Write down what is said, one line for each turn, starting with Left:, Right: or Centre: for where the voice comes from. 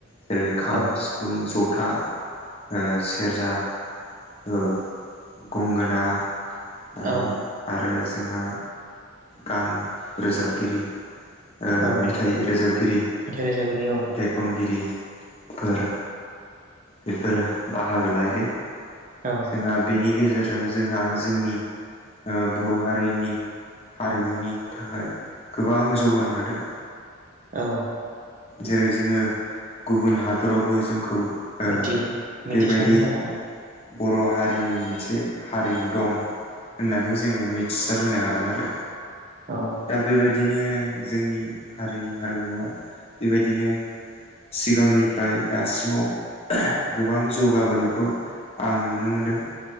Left: जेरै खाम
Right: औ
Left: सिफुं ज' था ओ सेरजा औ गंगोना ओम
Right: औ
Left: आरो जोंहा गान रोजाब गिरि ओ
Right: औ
Left: मेथाइ रोजाबगिरि
Right: मेथाइ रोजाबगिरि औ
Left: मेथाइ खनगिरि फोर बेफोरो बाहागो लाहैदों
Right: औ
Left: जोंहा बेनि गेजेरजों जोंहा जोंनि ओ बर' हारिनि हारिमुनि थाखाय गोबां जौगानो हादों
Right: औ
Left: जेरै जोङो गुबुन हादरावबो जोंखौ ओ
Right: मिथि
Left: बेबायदि
Right: मिथिसार होनो हादों
Left: बर' हारिनि मोनसे हारिमु दं होननानै जोंङो मिथिसार होनो हादों आरो
Right: औ
Left: दा बेबायदिनो जोंनि हारिनि हारिमुवा बेबायदिनो सिगांनिफ्राय दासिमाव गोबां जौगाबोनायखौ आं नुनो मोनदों